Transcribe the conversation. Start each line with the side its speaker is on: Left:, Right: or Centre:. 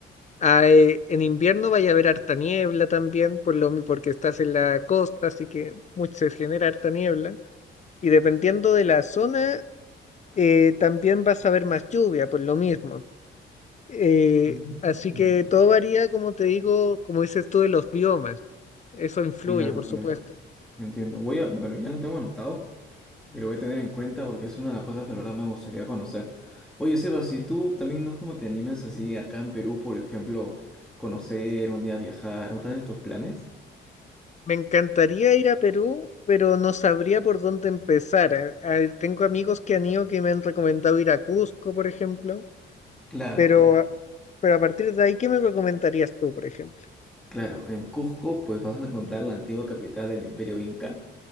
Left: Ah, eh, en invierno vaya a haber harta niebla también, por lo, mi- porque estás en la costa, así que mucho se genera harta niebla. Y dependiendo de la zona, eh, también vas a ver más lluvia, por lo mismo. Eh,
Centre: Mm,
Left: así que todo varía, como te digo, como dices tú, de los biomas. Eso influye,
Centre: claro,
Left: por
Centre: claro.
Left: supuesto.
Centre: Entiendo. Voy a, bueno, ya lo tengo anotado. Y lo voy a tener en cuenta porque es una de las cosas que la verdad me gustaría conocer. Oye, Seba, si tú también no es como te animas así acá en Perú, por ejemplo, conocer, un día viajar, ¿no tienes tus planes?
Left: Me encantaría ir a Perú, pero no sabría por dónde empezar. Ah, ah, tengo amigos que han ido que me han recomendado ir a Cusco, por ejemplo,
Centre: Claro,
Left: pero...
Centre: claro.
Left: Pero a partir de ahí, ¿qué me recomendarías tú, por ejemplo?
Centre: Claro, en Cusco pues vas a encontrar la antigua capital del Imperio Inca.